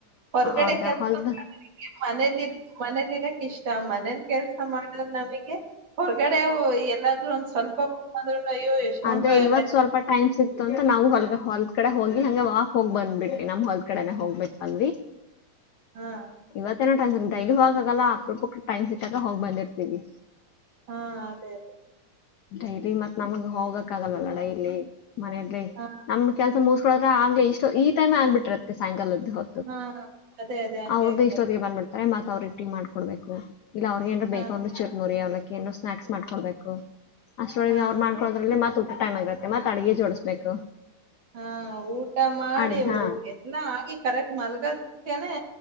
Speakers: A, on the right; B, on the left.
A: ಹೊರಗಡೆ
B: ಅವ್ರಗ
A: ಕೆಲಸ
B: ಹೊಲ್ದ
A: <inaudible> ಮನೇಲಿರ್ ಮನೇಲಿ ಇರಕ್ ಇಷ್ಟ ಮನೇಲಿ ಕೆಲ್ಸ ಮಾಡರ್ ನಮಗೆ ಹೊರಗಡೆವು ಎಲ್ಲಾದ್ರೂ ಒಂದ್ ಸ್ವಲ್ಪ ಹೂಗ್ಬದ್ರುನು ಅಯ್ಯೋ ಎಷ್ಟೊಂದ್
B: ಅದೇ ಇವತ್
A: ಟೈಮ್
B: ಸ್ವಲ್ಪ ಟೈಮ್ ಸಿಕ್ತು ಅಂತ ನಾವು ಹೊಲ್ಗ ಹೊಲ್ ಕಡೆ ಹೋಗಿ ಹಂಗ ಹೋಗ್ ಬಂದ್ಬಿಟ್ರಿ ನಮ್ ಹೊಲ್ ಕಡೆನೆ ಹೋಗ್ಬ ಬಂದ್ವಿ.
A: ಹಾ
B: ಇವತ್ತೇ ಏನೋ ಟ್ಯಾನ್ ಡೈಲಿ ಹೋಗಾಗಲ್ಲ ಅಪರೂಪಕ ಟೈಮ್ ಸಿಗ್ಗಾದಾಗ ಹೋಗಿ ಬಂದಿರ್ತೀವಿ.
A: ಹಾ ಅದೇ ಅದೇ.
B: ಡೈಲಿ ಮತ್ತ್ ನಮ್ಗೆ ಹೋಗಕ್ ಆಗಲ್ವಲ್ಲ ಡೈಲಿ ಮನಲಿ
A: ಹಾ
B: ನಮ್ ಕೆಲ್ಸ ಮುಸ್ಕೋಳ್ಗಗ್ ಇಷ್ಟ ಈಟೈಮ ಆಗ್ಬಿಟ್ಟಿರುತ್ತೆ ಸಾಯಂಕಾಲದ ಹೊ
A: ಹಾ ಅದೇ ಅದೇ ಹಂಗೆ
B: ಅವ್ರ್ದು
A: ಆಗತ್ತಲ್ಲ
B: ಇಷ್ಟೊತ್ತಿಗೆ ಬಂದ್ಬಿಡ್ತಾರೆ ಮತ್ ಅವ್ರ ಟೀ ಮಾಡ್ಕೊಡ್ಬೇಕು ಇಲ್ಲ ಅವ್ರಗ ಏನ್ರು
A: ಹಾ
B: ಬೇಕ್ರ ಚಿರ್ಮುರಿ ಅವ್ಲಕ್ಕಿ ನೋ ಸ್ನಾಕ್ಸ್ ಮಾಡ್ಕೊಡ್ಬೇಕು. ಅಷ್ಟ್ರೊಳಗೆ
A: ಹಾ
B: ಅವ್ರ್ ಮಾಡಕೊದ್ರಲ್ಲಿ
A: ಹಾ
B: ಮತ್ತ್ ಊಟ ಟೈಮ್ ಆಗಿರತ್ತೆ ಮತ್ ಅಡ್ಗೆ ಜೋಡಿಸ್ಬೇಕು.
A: ಹಾ ಊಟ ಮಾಡಿ
B: ಅಡ್ಗೆ ಹಾ
A: ಎತ್ನ ಆಗಿ ಕರೆಕ್ಟ್ ಮಲ್ಗದ್ ಕನೆ